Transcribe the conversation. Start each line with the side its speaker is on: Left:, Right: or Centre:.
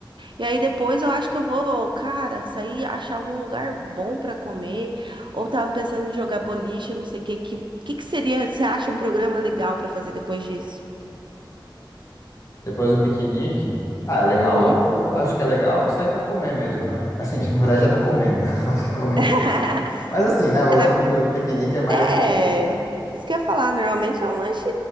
Right: E aí depois eu acho que eu vou, cara, sair, achar algum lugar bom pra comer. Ou tava pensando em jogar boliche, não sei o que. Que, que que seria, você acha um programa legal pra fazer depois disso?
Left: Depois do piquenique, ah, é legal,
Right: Uhum.
Left: acho que é legal sair pra comer mesmo, né? Assim, <laughs> já- na verdade já tá comendo, né? <laughs> Mas é comer
Right: <laughs>
Left: mais. Mas assim, né? O lanche
Right: É, na-
Left: do piquenique é mais
Right: é,
Left: de boa.
Right: isso que eu ia falar. Normalmente é um lanche,